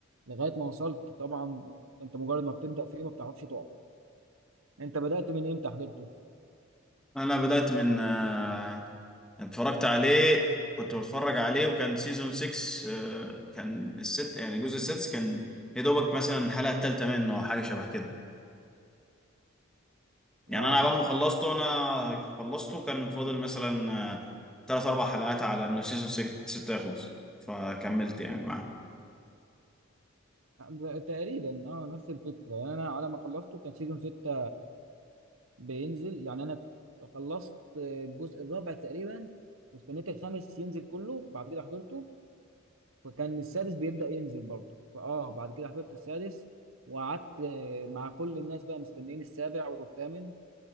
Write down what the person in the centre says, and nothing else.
انا بدات من آه، اتفرجت عليه كنت بتفرج عليه وكان سيزون 6 آه، كان الست يعني الجزء السادس كان يا دوبك مثلا الحلقه الثالثه منه او حاجه شبه كده يعني
انا عبال ما خلصته انا خلصته كان فاضل مثلا ثلاث اربع حلقات على انه سيزون 6 يخلص فكملت يعني معاه